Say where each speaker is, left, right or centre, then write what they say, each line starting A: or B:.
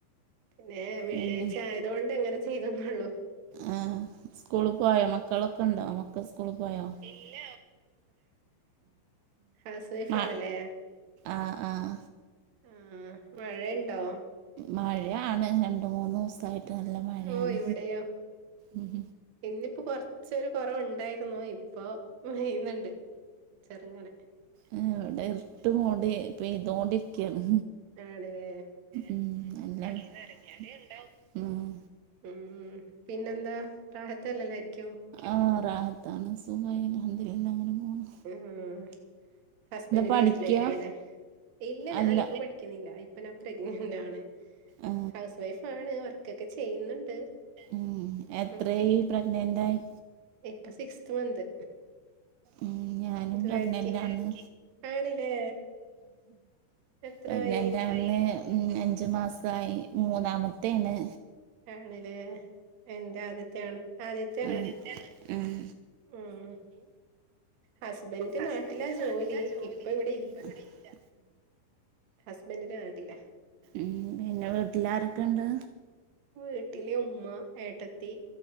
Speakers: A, on the right; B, on the right.
A: പിന്നെ വെള്ളിയായ്ച്ചയതുകൊണ്ട്
B: പിന്നെ
A: അങ്ങനെ ചെയ്തൊന്നെള്ളൂ
B: ആ സ്കൂള പോയോ മക്കളൊക്കെണ്ടോ മക്കൾ സ്കൂളിൽ പോയോ ഇല്ല
A: ഹൗസ് വൈഫ്
B: മക്കളില്ല ഉ
A: ആണല്ലേ
B: ആഹ് ആഹ
A: ആ മഴണ്ടോ
B: മഴാണ് രണ്ട് മൂന്നുസായിട്ട ല്ല മഴയാണ്
A: ഓ ഇവിടെയോ
B: ഉം
A: ഇന്നിപ്പോ കൊറച്ചൊരു കുറവുണ്ടായിരുന്നു ഇപ്പൊ പ്പെയ്യുന്നുണ്ട് ചെറുങ്ങനെ
B: എ വിടെ ഇര്ട്ട് മൂടി പെയ്തോണ്ടിരിക്കാണ്
A: ആണ് ലേ
B: ഉം വെളീന്ന ഇറങ്ങിയാലേ ണ്ടാവും
A: ഉം പിന്നെന്താ റാഹത്തല്ലെല്ലായിരിക്കും.
B: ആറാഹത്താണ് സുഖയിന അൽഹംദരില്ല അങ്ങനെ പോണ്.
A: ഉം ഹസ്ബൻഡിന്റെ
B: പഠിക്കാ
A: വീട്ടിലായിരിക്കും അല്ലെ ഇല്ല
B: അല്ല
A: ഞാനിപ്പ പഠിക്കുന്നില്ല. അപ്പൊ ഞാൻ പ്രഗ്നന്റ് ആണ്
B: ആ
A: ഹൗസ് വൈഫ ആണ് വർക്കൊക്കെ ചെയ്യുന്നുണ്ട്.
B: ഉം എത്രയി
A: ഉം
B: പ്രഗ്നന്റ് ആയി.
A: ഇപ്പൊ സിക്സ്ത് മന്ത്.
B: ഉ ഞാനും
A: ഇതുവരക്ക്
B: പ്രഗ്നൻഡാണ്.
A: ആണില്ലേ എത്രായി
B: പ്രഗ്നൻറ് ആണ് അഞ്ച് മാസായി. മൂന്നാമത്താണ്.
A: ആണ് ല്ലേ എന്റെ ആദ്യത്ത ആണ് ആദ്യത്ത ആണ്.
B: ഉം ഉം
A: ഉം ഹസ്ബൻഡ്
B: ഹസ്ബൻഡ്
A: നാട്ടിലാ
B: നാട്ടിലാ ജോലി
A: ഇവിടെ
B: ഇപ്പ ഇവിടെല്ല.
A: ഹസ്ബൻഡന്റെ നാട്ടിലാ.
B: ഉം പിന്നെ വീട്ടിൽ ആരൊക്കെണ്ട്?
A: വീട്ടില് ഉമ്മ. ഏട്ടത്തി,